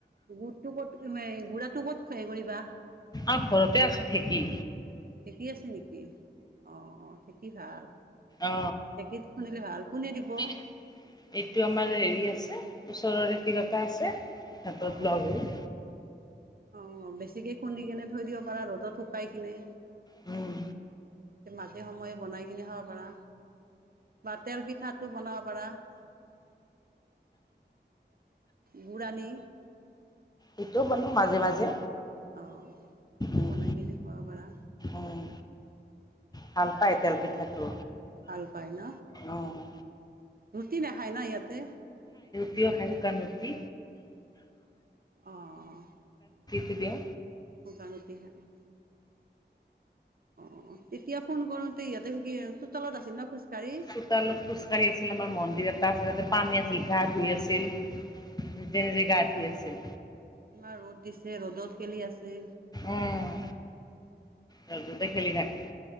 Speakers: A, on the right; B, on the left.
A: গুড়টো ক'ত এই গুড়টো ক'ত খুৱাই কৰিবা?
B: আপ ঘৰতে আছে ঢেঁকী।
A: কি আছে নেকি? অ অ খেতি ভাল।
B: অ
A: ঢেঁকীত খুন্দিলে ভাল কোনে দিব
B: এইটো আমাৰ হেৰি আছে ওচৰৰে তিৰোতা আছে হেতত
A: অ অ
B: লগ হয়
A: অ বেছিকে খুন্দি কিনে থৈ দিব পাৰা ৰ'দত শুকাই কিনে।
B: উম
A: মাজে সময়ে বনাই কিনে খাব পাৰা। বা তেল পিঠাতো বনাব পাৰা গুৰ আনি।
B: এইটোও বনোও মাজে মাজে
A: অ সেতু
B: উম
A: বনাই কিনে খোৱাব পাৰা
B: উম ভাল পাই তেল পিঠাটো।
A: ভাল পায় ন
B: উম।
A: ৰুটি নাখায় ন ইহতে
B: কিয় খায় শুকান ৰুটি
A: অ'।
B: এতিয়া
A: শুকান ৰুটি খাই। অ'। এতিয়া ফোন কৰাওতে ইহতে কি চোতালত আছিল ন খোজকাাঢ়ি
B: চোতালত খোজকাঢ়ি আছিল আমাৰ মন্দিৰ এটা আছিল তাতে পানী আছিল গা ধুই আছিল নিজে নিজে গা
A: অহ
B: ধুই আছিল।
A: ইমান ৰ'দ দিছে ৰ'দত খেলি আছে
B: উম। ৰদতে খেলি থাকে।